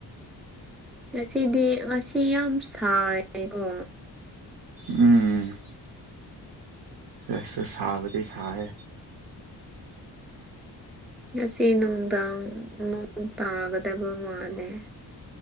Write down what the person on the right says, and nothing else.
ꯎꯝ ꯑꯁꯁꯨ ꯁꯥꯕꯗꯤ ꯁꯥꯌꯦ